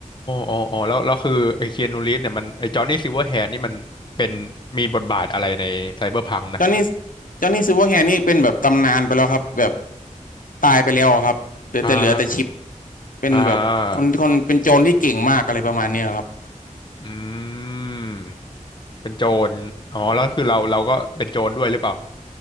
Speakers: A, on the left (about 35°); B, on the left (about 85°).
A: อ๋ออ๋อแล้วแล้วคือไอ้คีอานูรีฟเนี่ยมันไอ้จอห์นนี่ซิลเวอร์แฮนด์นี่มันเป็นมีบทบาทอะไรในไซเบอร์พังนะ
B: จอห์นนี่จอห์นนี่ซิลเวอร์แฮนด์นี่เป็นแบบตำนานไปแล้วครับแบบตายไปแล้วครับเหลือแต่เหลือแต่ชิป
A: อ่า
B: เป็นแบบคนคนเป็นโจรที่เก่งมากอะไรประมาณเนี้ยครับ
A: อ่าอืมเป็นโจรอ๋อแล้วคือเราเราก็เป็นโจรด้วยหรือเปล่า